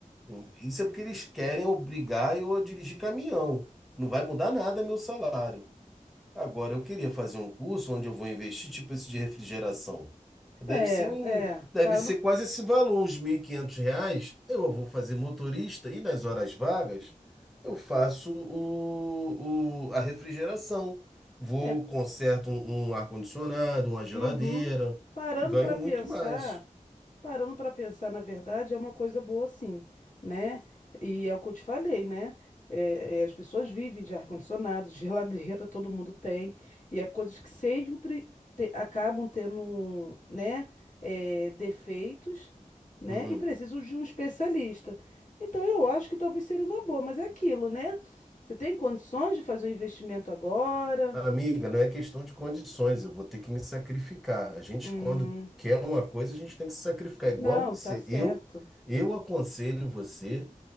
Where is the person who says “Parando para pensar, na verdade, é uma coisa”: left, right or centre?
Left